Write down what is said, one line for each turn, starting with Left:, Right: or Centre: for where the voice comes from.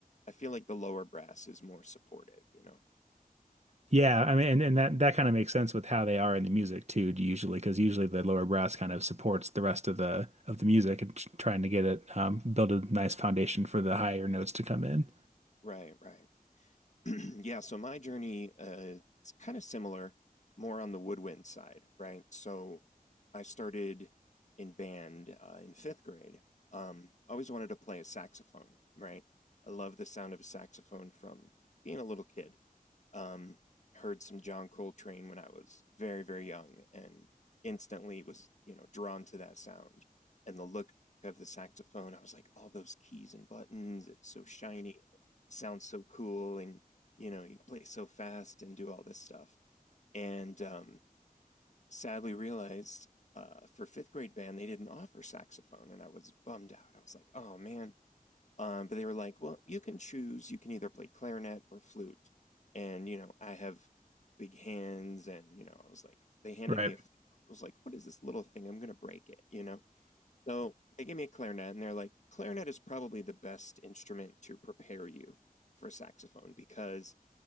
Left: I feel like the lower brass is more supportive. You know,
Right: Yeah, I mean, and, and that that kind of makes sense with how they are in the music too, usually, because usually the lower brass kind of supports the rest of the of the music and tr- trying to get it um, build a nice foundation for the higher notes to come in.
Left: right, right, <clears throat> yeah. So my journey, uh, it's kind of similar, more on the woodwind side, right? So I started in band uh, in fifth grade. Um, always wanted to play a saxophone, right? I love the sound of a saxophone from being a little kid. Um, heard some John Coltrane when I was very, very young and instantly was, you know, drawn to that sound. And the look of the saxophone, I was like, all those keys and buttons, it's so shiny, sounds so cool. And, you know, you play so fast and do all this stuff. And um, sadly realized uh, for fifth grade band, they didn't offer saxophone. And I was bummed out. I was like, oh man, um, but they were like, well, you can choose. You can either play clarinet or flute. And, you know, I have big hands. And, you know, I was like, they handed
Right: Right.
Left: me a, flute. I was like, what is this little thing? I'm going to break it, you know? So they gave me a clarinet and they're like, clarinet is probably the best instrument to prepare you for saxophone because